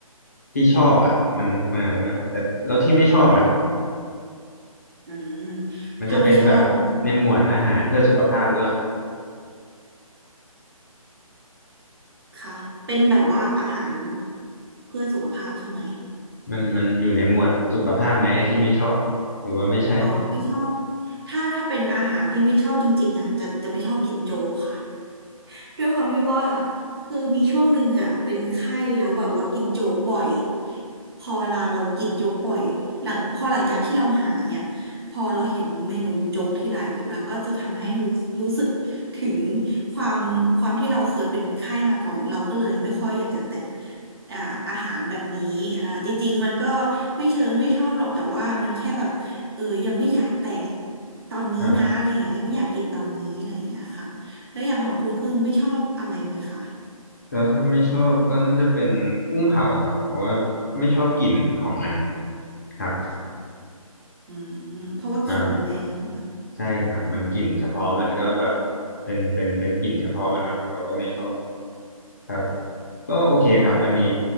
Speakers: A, on the left (about 30°); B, on the right (about 45°).
A: ที่ชอบอ่ะมันมาแล้วนะแต่แล้วที่ไม่ชอบล่ะ
B: อืม
A: มันจะเป็นแบบในหมวดอาหารเพื่อสุขภาพหรือว่า
B: ถ้าไม่ชอบเอาค่ะเป็นแบบว่าอาหารเพื่อสุขภาพใช่ไหม
A: มันมันอยู่ในหมวดสุขภาพไหมไอ้ที่ไม่ชอบเนี่ยหรือว่าไม่ใช่
B: อ๋อไม่ชอบถ้าถ้าเป็นอาหารที่ไม่ชอบจริงๆอ่ะจะจะไม่ชอบกินโจค่ะ ด้วยความที่ว่าคือมีช่วงหนึ่งอ่ะเป็นไข้แล้วแบบว่ากินโจ๊กบ่อยพอเราเรากินโจ๊กบ่อยหลังพอหลังจากที่เราหายเนี่ยพอเราเห็นเมนูโจ๊กที่ไรแล้วก็จะทำให้รู้รู้สึกถึงความความที่เราเคยเป็นไข้มาก่อนเราก็เลยไม่ค่อยอยากจะแตะอ่าอาหารแบบนี้อ่าจริงๆมันก็ไม่เชิงไม่ชอบหรอกแต่ว่ามันแค่แบบเออยังไม่อยากแตะตอนนี้นะอะไรอย่างเงี้ยยังไม่อยากกินตอนนี้อะไรอย่างเงี้ยค่ะ
A: ครับ
B: แล้วอย่างของคุณคือไม่ชอบอะไรไหมคะ
A: ก็ถ้าไม่ชอบก็น่าจะเป็นกุ้งเผาครับเพราะว่าไม่ชอบกลิ่นของมันครับ
B: ค่ะอืมเพราะว่ากลิ่นมันแรงใช่ไหม
A: ครับใช่ครับมันกลิ่นเฉพาะมันก็แบบเป็นเป็นเป็นกลิ่นเฉพาะมันเนาะเราก็ไม่ชอบ ครับก็โอเคครับวันนี้